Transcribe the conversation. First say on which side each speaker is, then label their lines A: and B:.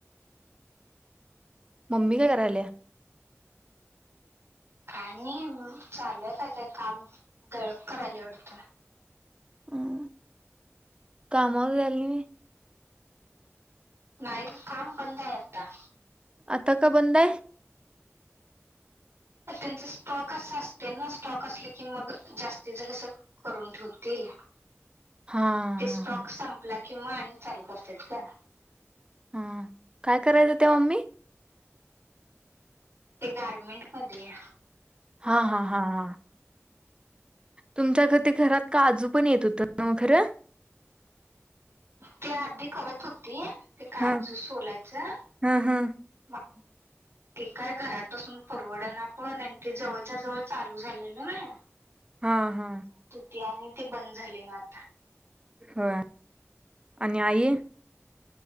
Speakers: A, on the right; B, on the right.
A: ममी काय कराल्या
B: काय नाही म चालूय कायचय काम दळप करायल्या वाडत
A: हम काम वर गेल नई होय
B: नाही ग काम बंदाय आत्ता
A: आता का बंदाय
B: त्यांचा स्टॉक असा असते ना स्टॉक असले की मग जास्तीच कसं करून ठेवतील
A: हा
B: ते स्टॉक
A: हा
B: संपला - किंवा आणि चालू करत्यात गं
A: हा काय करायचं ते मम्मी
B: ते गारमेंट मध्ये
A: हा हा हा हा तुमच्या आता घरात काजू पण येत होत न्हव खरं
B: त्या आधी करत होती ते काजू
A: हा
B: सोलायचं
A: हा हा
B: मग ते काय घरात बसून परवडना पण ते जवळच्या जवळ चालू झाले ना
A: हा हा
B: ते आणि ते बंद झाले ना आता
A: हो आणि आई